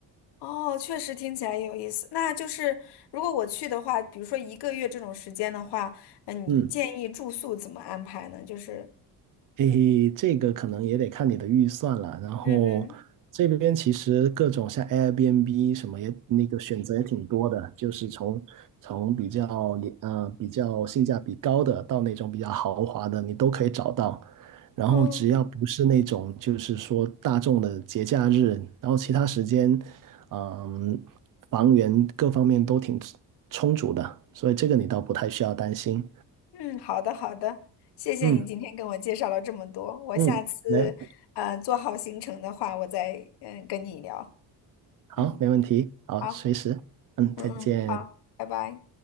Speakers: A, on the left; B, on the right.
A: 哦，确实听起来有意思。那就是如果我去的话，比如说一个月这种时间的话，嗯，
B: 嗯。
A: 你建议住宿怎么安排呢？就是，
B: 诶，这个可能也得看你的预算了。然后这边其实各种像
A: 嗯嗯
B: Airbnb 什么也那个选择也挺多的，就是从从比较廉呃比较性价比高的到那种比较豪华的，你都可以找到。然后只要不是那种就是说大众的节假日，
A: 嗯
B: 然后其他时间，嗯，房源各方面都挺充足的，所以这个你倒不太需要担心。
A: 嗯，好的好的，谢谢你今天跟我介绍了这么多。
B: 嗯
A: 我下次嗯，
B: 嗯，没
A: 做好行程的话，我再嗯跟你聊。
B: 好，
A: 嗯，
B: 没问题，好，
A: 好，
B: 随时，嗯，
A: 嗯嗯，
B: 再见。
A: 好，拜拜。